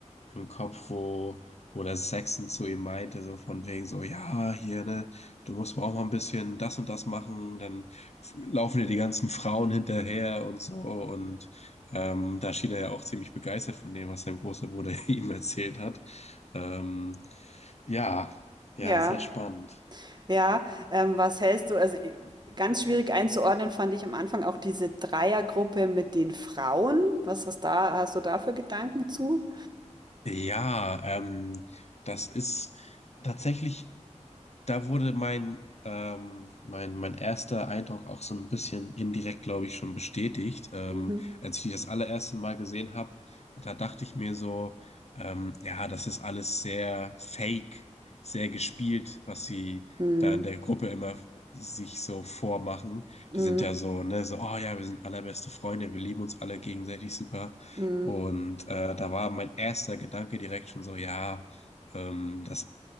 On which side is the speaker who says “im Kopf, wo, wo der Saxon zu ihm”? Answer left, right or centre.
Left